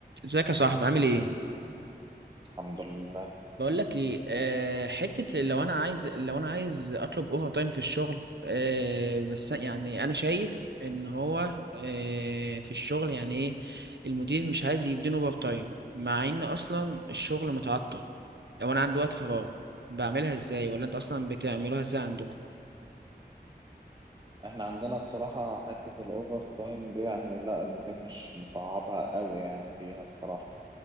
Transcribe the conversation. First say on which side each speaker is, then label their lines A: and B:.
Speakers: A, on the right; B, on the right.
A: ازيك يا صاحبي عامل ايه
B: الحمد لله
A: بقول لك ايه أه حته لو انا عايز لو انا عايز اطلب اوفر تايم في الشغل أه بس يعني انا شايف ان هو أه في الشغل يعني ايه المدير مش عايز يديني اوفر تايم مع ان اصلا الشغل متعطل لو انا عندي وقت فراغ بعملها ازاي ولا انت اصلا بتعملوها ازاي عندكم
B: احنا عندنا الصراحة حتة الأوفر تايم دي يعني لا المدير مش مصعبها قوي يعني فيها الصراحة